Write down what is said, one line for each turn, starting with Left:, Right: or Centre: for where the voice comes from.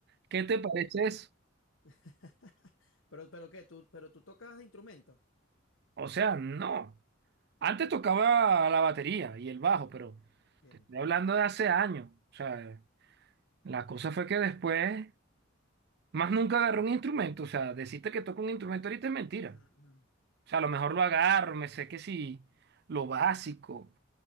Right: ¿Qué te parece eso?
Left: <laughs> Pero, pero qué, tú, pero tú tocas instrumentos.
Right: O sea, no. Antes tocaba la batería y el bajo, pero
Left: Bien.
Right: te estoy hablando de hace años. O sea, la cosa fue que después, más nunca agarré un instrumento. O sea, decirte que toco un instrumento ahorita es mentira.
Left: Mm, mm.
Right: O sea, a lo mejor lo agarro, me sé que sí, lo básico.